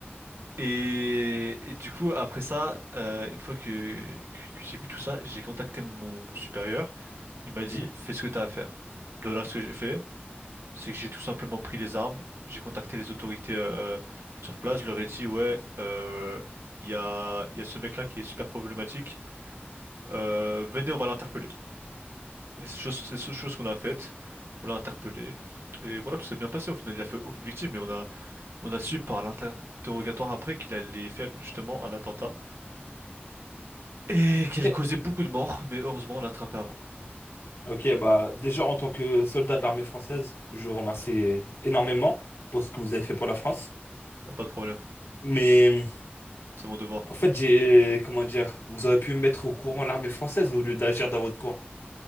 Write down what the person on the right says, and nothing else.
Et, et du coup, après ça, euh, une fois que, que j'ai vu tout ça, j'ai contacté mon, mon supérieur. Il m'a dit,
fais ce que t'as à faire. De là, ce que j'ai fait, c'est que j'ai tout simplement pris les armes, j'ai contacté les autorités euh, sur place, je leur ai dit, ouais, euh, il y a, il y a ce mec-là qui est super problématique, euh, venez, on va l'interpeller. Et C'est chose, c'est chose chose qu'on a faite, on l'a interpellé. Et voilà, tout s'est bien passé. Au final, il a fait aucune victime, mais on a On a su par l'interrogatoire après qu'il allait faire justement un attentat et qu'il allait
causer beaucoup de morts, mais heureusement on l'a attrapé avant.
Y a pas de problème,
c'est mon devoir.